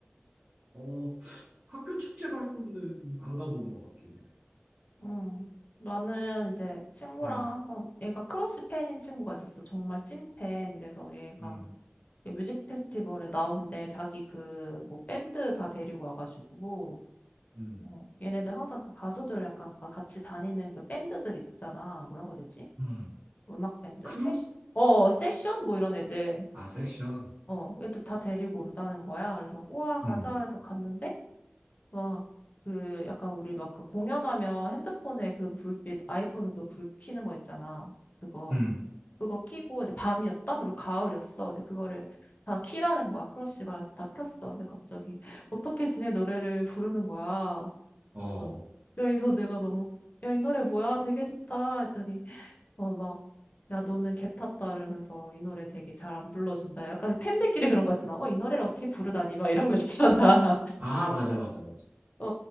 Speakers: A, on the right (about 55°); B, on the left (about 40°).
A: 어, 학교 축제 말고는 안 가본 것 같긴 해.
B: 응. 나는 이제 친구랑
A: 음,
B: 한번 얘가 크러쉬 팬인 친구가 있었어. 정말 찐팬. 이래서 얘가
A: 음,
B: 이 뮤직 페스티벌에 나온대. 자기 그 뭐 밴드 다 데리고 와가지고
A: 음,
B: 어, 얘네들 항상 그 가수들 약간 가- 같이 다니는 그 밴드들 있잖아. 뭐라고 해야 되지?
A: 음.
B: 음악 밴드?
A: 크롭?
B: 세션? 어, 세션? 뭐 이런 애들.
A: 아, 세션.
B: 어, 애들 다 데리고 온다는 거야. 그래서, 우와, 가자
A: 음,
B: 해서 갔는데, 막, 그, 약간 우리 막 그 공연하면 핸드폰에 그 불빛, 아이폰 그 불 켜는 거 있잖아. 그거,
A: 음,
B: 그거 켜고 이제 밤이었다? 그리고 가을이었어. 근데 그거를 다 키라는 거야. 크러쉬가. 그래서 다 켰어. 근데 갑자기, <laughs> 어떻게 지내 노래를 부르는 거야.
A: 어.
B: 그래서 여기서 내가 너무 야, 이 노래 뭐야? 되게 좋다 했더니 어, 막, 야, 너는 개 탔다 이러면서 이 노래 되게 잘 안 불러준다. 약간 팬들끼리 그런 거 있잖아. 어, 이 노래를 어떻게 부르다니? 막 이런 거 있잖아. <laughs>
A: 아, 맞아, 맞아, 맞아.
B: 어,